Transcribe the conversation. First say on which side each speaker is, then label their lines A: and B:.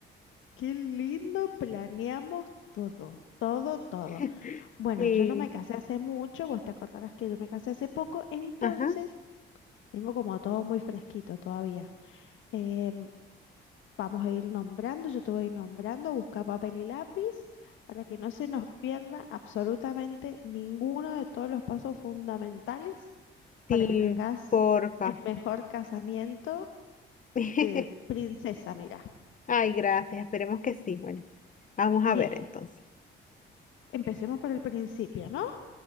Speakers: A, on the left (about 75°); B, on the left (about 40°).
A: qué lindo, planeamos todo, todo, todo.
B: <laughs>
A: Bueno,
B: Sí.
A: yo no me casé hace mucho, vos te acordarás que yo me casé hace poco, entonces
B: Ajá,
A: tengo como todo muy fresquito todavía. Em, Vamos a ir nombrando, yo te voy a ir nombrando, busca papel y lápiz para que no se nos pierda absolutamente ninguno de todos los pasos fundamentales
B: sí,
A: para que tengas
B: porfa.
A: el mejor casamiento
B: <laughs>
A: de princesa, mira.
B: Ay, gracias, esperemos que sí. Bueno, vamos a
A: Bien,
B: ver
A: eh,
B: entonces.
A: empecemos por el principio, ¿no?